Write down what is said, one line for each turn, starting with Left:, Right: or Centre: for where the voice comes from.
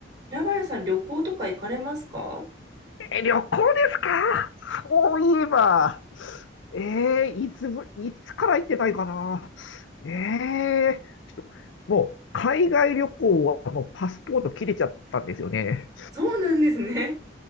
Right: 平林さん、旅行とか行かれますか
Left: え、旅行ですかそういえば、えー、いつぶ、いつから行ってないかなえー、ちょっと、もう、海外旅行はもうパスポート切れちゃったんですよね。
Right: そうなんですね。